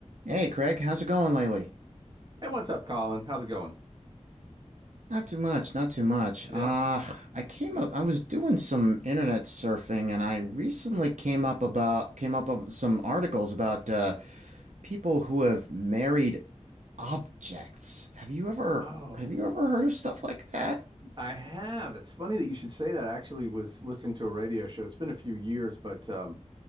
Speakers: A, on the right (about 80°); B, on the right (about 40°).
A: Hey Craig, how's it going lately?
B: Hey, what's up, Colin? How's it going?
A: Not too much, not too much.
B: Yeah.
A: Uh, I came up, I was doing some internet surfing and I recently came up about came up with some articles about uh people who have married objects. Have you ever
B: Oh,
A: have you
B: my-
A: ever heard of stuff like that?
B: I have. It's funny that you should say that. I actually was listening to a radio show. It's been a few years, but um,